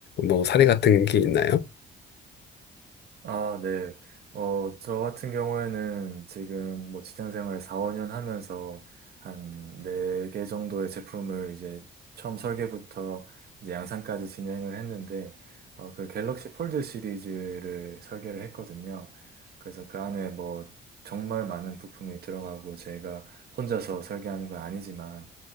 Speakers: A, on the left; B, on the right.
A: 뭐 사례 같은 게 있나요?
B: 아, 네. 어, 저 같은 경우에는 지금 뭐 직장 생활 4, 5년 하면서 한 4개 정도의 제품을 이제 처음 설계부터 이제 양산까지 진행을 했는데, 어, 그 갤럭시 폴드 시리즈를 설계를 했거든요. 그래서 그 안에 뭐 정말 많은 부품이 들어가고 제가 혼자서 설계하는 건 아니지만,